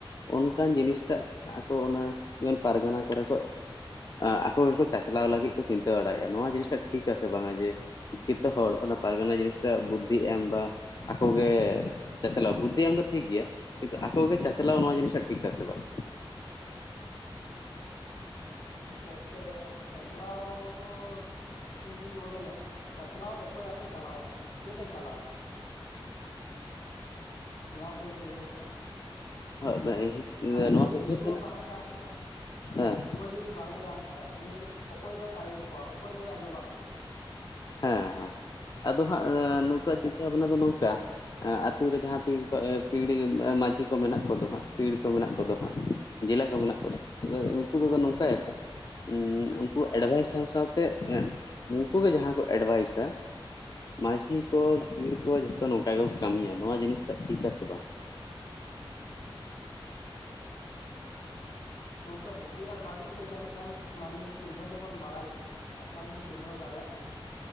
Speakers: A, on the left; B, on the left.
A: ᱚᱱᱠᱟᱱ ᱡᱤᱱᱤᱥ
B: ᱦᱮᱸ
A: ᱴᱟᱜᱼᱼ ᱦᱮᱱᱟᱜ ᱟᱠᱚ ᱚᱱᱟ ᱡᱮᱢᱚᱱ ᱯᱟᱨᱜᱟᱱᱟ ᱠᱚᱨᱮ ᱠᱚ ᱼᱼ ᱟᱠᱚ ᱜᱮᱠᱚ ᱪᱟᱪᱞᱟᱣ ᱞᱟᱹᱜᱤᱫ ᱠᱚ ᱪᱤᱱᱛᱟᱹ ᱵᱟᱲᱟᱭᱮᱜᱼᱟ ᱾ ᱱᱚᱣᱟ ᱡᱤᱱᱤᱥᱴᱟ ᱴᱷᱠᱟ ᱟᱥᱮ ᱵᱟᱝᱟ? ᱡᱮᱼᱼ ᱪᱤᱠᱤᱛᱮ ᱦᱚᱲ ᱚᱱᱟ ᱯᱟᱨᱜᱟᱱᱟ ᱡᱤᱱᱤᱥᱴᱟᱜ ᱵᱩᱫᱷᱤ ᱮᱢ ᱵᱟ ᱼᱼ ᱟᱠᱚᱜᱮ ᱪᱟᱪᱟᱞᱟᱣ, ᱵᱩᱫᱷᱤ ᱮᱢ ᱫᱚ ᱴᱷᱤᱠ ᱜᱮᱭᱟ ᱾ ᱠᱤᱱᱛᱩ ᱟᱠᱚᱜᱮ ᱪᱟᱪᱟᱞᱟᱣ ᱱᱚᱣᱟ ᱡᱤᱱᱤᱥ ᱴᱟᱜ ᱴᱷᱤᱠ ᱟᱥᱮ ᱵᱟᱝ? <inaudible>
B: ᱜᱚᱝᱠᱮ ᱪᱟᱪᱟᱞᱟᱣ ᱫᱚᱻ ᱤᱧ ᱫᱩᱧ ᱢᱚᱱᱮᱭᱟ, ᱪᱟᱪᱟᱞᱟᱣ ᱚᱠᱚᱭ ᱟᱛᱮ ᱪᱟᱞᱟᱣᱟᱭ? ᱪᱮᱫ ᱮ ᱪᱟᱞᱟᱣᱟᱭ? ᱱᱚᱣᱟ ᱯᱳᱭᱞᱳ ᱩᱭᱦᱟᱹᱨ ᱛᱮᱱᱟᱜ ᱠᱟᱛᱷᱟ ᱾
A: ᱦᱳᱭ
B: ᱟᱡ
A: ᱱᱚᱣᱟ
B: ᱡᱩᱫᱤ
A: ᱫᱚ
B: ᱫᱤᱥᱩᱣᱟᱹ
A: ᱩᱭᱦᱟᱹᱨ ᱠᱟᱱᱟ
B: ᱵᱟᱝ ᱮ ᱧᱟᱢ ᱠᱚᱣᱟ
A: ᱦᱮᱸ
B: ᱫᱤᱥᱩᱣᱟᱹ ᱡᱩᱫᱤ ᱵᱟᱝ ᱮ ᱧᱟᱢ ᱼᱼ ᱠᱚᱣᱟ ᱾ ᱩᱱᱤ ᱚᱠᱚᱭ ᱫᱚᱭ ᱟᱹᱭᱩᱨ ᱠᱚᱣᱟ? ᱚᱠᱚᱭ ᱫᱚᱭ ᱟᱸᱡᱚᱢ ᱟᱠᱚᱣᱟ?
A: ᱦᱮᱸ ᱦᱮᱸ ᱟᱫᱚ ᱦᱟᱸᱜ ᱱᱩᱠᱩᱣᱟᱜ ᱪᱤᱱᱛᱟᱹ ᱵᱷᱟᱵᱱᱟ ᱫᱚ ᱱᱚᱝᱠᱟ ᱼᱼ ᱮᱸ ᱟᱛᱩ ᱨᱮ ᱡᱟᱦᱟᱸ ᱯᱤᱲ ᱠᱚ ᱮ ᱯᱤᱲ ᱢᱟᱹᱡᱷᱤ ᱠᱚ ᱢᱮᱱᱟᱜ ᱠᱚᱫᱚ ᱦᱟᱸᱜ, ᱯᱤᱲ ᱠᱚ ᱢᱮᱱᱟᱜ ᱠᱚᱫᱚ ᱦᱟᱸᱜᱼᱼ ᱡᱮᱞᱟ ᱠᱚ
B: ᱦᱩᱸ
A: ᱢᱮᱱᱟᱜ ᱠᱚᱫᱟ ᱩᱱᱠᱩ ᱫᱚ ᱠᱚ ᱱᱚᱝᱠᱟᱭ
B: ᱦᱩᱸ
A: ᱟᱠᱚᱼᱼ ᱩᱸᱻ ᱩᱱᱠᱩᱣᱟᱜ ᱮᱰᱵᱷᱟᱭᱤᱥ ᱥᱟᱶ ᱥᱟᱶᱛᱮ ᱮᱸᱜ ᱩᱱᱠᱩᱜᱮ ᱡᱟᱦᱟᱸ ᱠᱚ ᱼᱼ ᱮᱰᱵᱷᱟᱭᱤᱥᱟ ᱢᱟᱡᱷᱤ
B: ᱦᱩᱸ
A: ᱠᱚᱼᱼ ᱯᱤᱲ ᱠᱚ ᱡᱷᱚᱛᱚ ᱱᱚᱝᱠᱟ ᱜᱮᱠᱚ ᱠᱟᱹᱢᱤᱭᱟ ᱾ ᱱᱚᱣᱟ ᱡᱤᱱᱤᱥ ᱴᱟᱜ ᱴᱷᱤᱠ ᱟᱥᱮ ᱵᱟᱝ?
B: ᱚᱝᱠᱟ ᱵᱳᱜᱮ ᱟᱨ ᱵᱟᱹᱲᱤᱡ ᱫᱚ ᱡᱟᱹᱱᱤᱡ ᱠᱷᱟᱱ ᱢᱟᱹᱱᱢᱤ ᱪᱤᱱᱦᱟᱹᱣ ᱫᱚᱵᱚᱱ ᱵᱟᱲᱟᱭ ᱜᱮᱭᱟ᱾ ᱟᱨ ᱵᱟᱝ ᱵᱚᱱ ᱪᱤᱱᱦᱟᱹᱣ ᱫᱟᱲᱮᱭᱟᱜ ᱠᱟᱱᱟ᱾